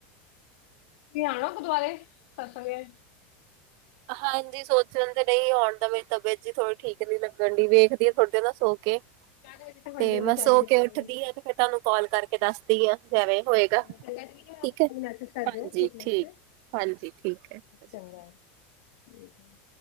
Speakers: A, on the left; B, on the right.
A: ਤੁਸੀ ਆਣਾ ਗੁਰਦੁਆਰੇ ਕੱਲ ਸਵੇਰੇ
B: ਹਾਂਜੀ, ਸੋਚਣ ਤੇ ਡਈ ਆਂ ਹੁਣ ਤਾਂ ਮੇਰੀ ਤਬੀਅਤ ਜੀ ਥੋੜ੍ਹੀ ਠੀਕ ਨੀ ਲੱਗ ਮੰਡੀ ਵੇਖਦੀ ਆ ਥੋੜ੍ਹੇ ਦੇਰ ਨਾ ਸੋ ਕੇ,
A: ਚਾਰ ਵਜੇ ਤੋਂ ਪੰਜ
B: ਤੇ
A: ਵਜੇ
B: ਮੈਂ
A: ਚਾਰ
B: ਸੋ
A: ਵਜੇ ਨਿਕਲੂੰਗੀ
B: ਕੇ ਉੱਠਦੀ ਆ ਤੇ ਫਿਰ ਤੁਹਾਨੂੰ ਕਾਲ ਕਰਕੇ ਦੱਸਦੀ ਆ।
A: <unintelligible>
B: ਜਿਵੇਂ ਹੋਏਗਾ
A: ਇੱਕ
B: ਠੀਕ ਹੈ
A: ਮਿੰਟ
B: ਹਾਂਜੀ ਠੀਕ ਹਾਂਜੀ ਠੀਕ ਹੈ ਸਤਿ ਸ਼੍ਰੀ
A: ਹਾਂਜੀ
B: ਅਕਾਲ
A: <unintelligible>